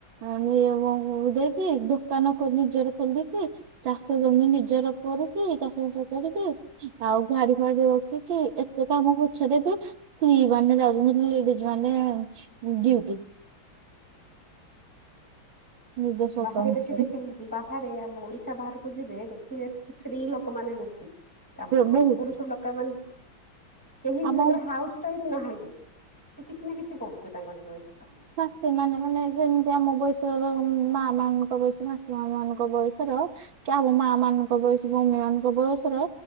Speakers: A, on the right (about 65°); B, in the centre.
A: ଆ <unintelligible> ଦେଇକି ଦୋକାନ କ ନିଜର ଖୋଲିକି ଚାଷ ଜମି ନିଜର କରିକି, ଚାଷ ବାସ କରିକି ଆଉ ଗାଡି ଫାଡି ରଖିକି, ଏତେ କାମ ପଛରେ ବି ସ୍ତ୍ରୀ ମାନେ ଯାଉଚନ୍ତି ଲେଡିଜ ମାନେ ଡିୟୁଟି। ନିଜ ସ୍ୱତନ୍ତ୍ର
B: ବାହାରେ ବେଶୀ ଦେଖି ବାହାରେ ଆମ ଓଡିଶା ବାହାରକୁ ଯିବେ, ଦେଖିବେ ସ୍ତ୍ରୀ ଲୋକମାନେ ବେଶୀ। କାମ କରନ୍ତି,
A: ବହୁତ
B: ପୁରୁଷ ଲୋକମାନେ କେହି
A: ଆମ
B: ବି ତାଙ୍କର ହାଉସ୍ ଟାଇପ ନାହାନ୍ତି। ସେ କିଛି ନା କିଛି କରୁ <unintelligible> ତାଙ୍କ <unintelligible>
A: ସେମାନେ ମାନେ ଯେମିତି, ଆମ ବୟସର ମା ମାନଙ୍କ ବୟସ ସୀମା ସେମାନଙ୍କ ବୟସର କି ଆମ ମା ମାନଙ୍କ ବୟସ, ଭଉଣୀ ମାନଙ୍କ ବୟସର